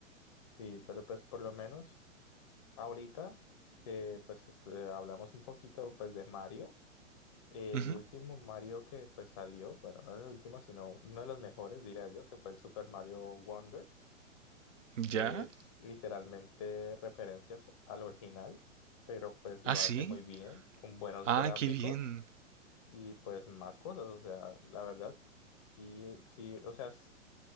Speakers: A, on the left; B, on the right.
A: Sí, pero pues por lo menos ahorita que pues este, hablamos un poquito pues de Mario. El
B: Ujú.
A: último Mario que pues salió, bueno, no el último, sino uno de los mejores, diría yo, que fue el Super Mario Wonder.
B: ¿Ya?
A: Es literalmente referencias al original, pero pues lo
B: ¿Ah, sí?
A: hace muy bien, con buenos
B: Ah,
A: gráficos
B: qué bien.
A: y pues más cosas, o sea, la verdad, sí, sí, o sea, s-